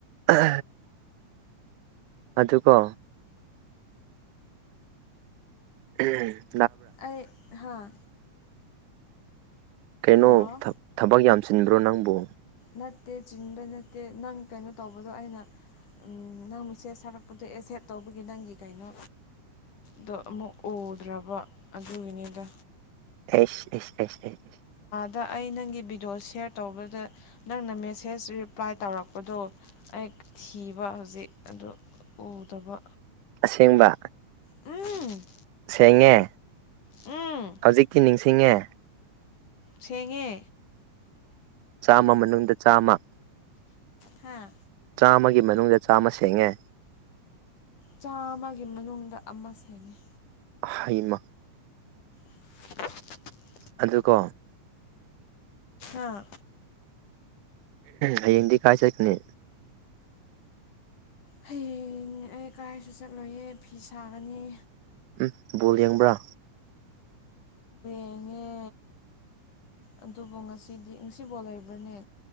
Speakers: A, on the right (about 80°); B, on the left (about 80°).
A: ꯎ ꯑꯗꯨꯒꯣ ꯎꯝ
B: ꯑ ꯍꯥꯥ
A: ꯀꯩꯅꯣ
B: ꯂꯥꯛꯑꯣ
A: ꯊꯕꯛ ꯌꯥꯝꯁꯤꯟꯕ꯭ꯔꯣ ꯅꯪꯕꯨ
B: ꯅꯠꯇꯦ ꯆꯤꯟꯕ ꯅꯠꯇꯦ ꯅꯪ ꯀꯩꯅꯣ ꯇꯧꯕꯗꯣ ꯑꯩꯅ ꯅꯪ ꯃꯁꯦꯠ ꯁꯥꯔꯛꯄꯗꯣ ꯑꯦꯁꯦꯠ ꯇꯧꯕꯒꯤ ꯅꯪꯒꯤ ꯀꯩꯅꯣ ꯗ ꯑꯃꯨꯛ ꯎꯗ꯭ꯔꯕ ꯑꯗꯨꯒꯤꯅꯤꯗ
A: ꯑꯦꯁ ꯑꯦꯁ ꯑꯦꯁ ꯑꯦ
B: ꯑ ꯗ ꯑꯩ ꯅꯪꯒꯤ ꯕꯤꯤꯗꯤꯑꯣ ꯁꯌꯔ ꯇꯧꯕꯗ ꯅꯪꯅ ꯃꯦꯁꯦꯁ ꯔꯤꯄ꯭ꯂꯥꯏ ꯇꯧꯔꯛꯄꯗꯣ ꯑꯩ ꯊꯤꯕ ꯍꯧꯖꯤꯛ ꯑꯗꯨ ꯎꯗꯕ
A: ꯑꯁꯦꯡꯕ
B: ꯎꯝ
A: ꯁꯦꯡꯉꯦ
B: ꯎꯝ
A: ꯍꯧꯖꯤꯛꯇꯤ ꯅꯤꯡꯁꯤꯡꯉꯦ
B: ꯊꯦꯡꯉꯦ
A: ꯆꯥꯝꯃ ꯃꯅꯨꯡꯗ ꯆꯥꯝꯃ
B: ꯍꯥꯥ
A: ꯆꯥꯝꯃ ꯃꯅꯨꯡꯗ ꯆꯥꯝꯃ ꯁꯦꯡꯉꯦ
B: ꯆꯥꯃ ꯃꯅꯨꯡꯗ ꯑꯃ ꯁꯦꯡꯉꯤ
A: ꯍꯩꯃ
B: <inaudible>
A: ꯑꯗꯨꯀꯣ
B: ꯑꯥ
A: ꯍꯌꯦꯡꯗꯤ ꯀꯥꯏ ꯆꯠꯀꯅꯦ
B: ꯍꯌꯦꯡ ꯑꯩ ꯀꯥꯏꯁꯨ ꯆꯠꯂꯨꯌꯦꯦ ꯐꯤ ꯁꯥꯒꯅꯤ
A: ꯎꯝ ꯕꯣꯜ ꯌꯦꯡꯕ꯭ꯔꯥ
B: ꯦꯉꯦ ꯑꯗꯨꯕꯨ ꯉꯁꯤꯗꯤ ꯉꯁꯤꯐꯧ ꯂꯩꯕ꯭ꯔꯅꯦ